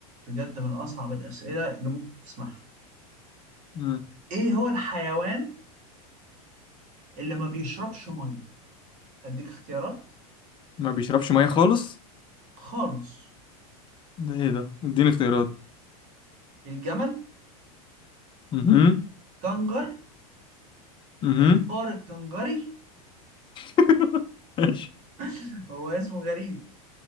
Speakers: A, on the right; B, on the left.
A: بجد من أصعب الأسئلة اللي ممكن تسمعها
B: مم.
A: إيه هو الحيوان اللي ما بيشربش مية؟ أديك اختيارات
B: ما بيشربش مية خالص
A: خالص
B: ده ايه ده اديني اختيارات
A: الجمل
B: اها
A: كنجر
B: اها
A: الفار الكنجري
B: <laughs> ماشي
A: <laughs> هو اسمه غريب